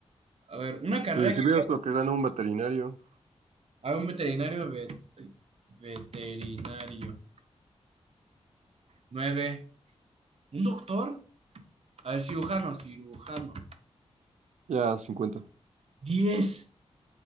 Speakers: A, on the right (about 65°); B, on the right (about 90°).
A: A ver, una carrera
B: Y si
A: que.
B: vieras lo que gana un veterinario,
A: A ver, un veterinario, vet- veterinario, nueve Un doctor, a ver, cirujano, cirujano,
B: ya 50.
A: diez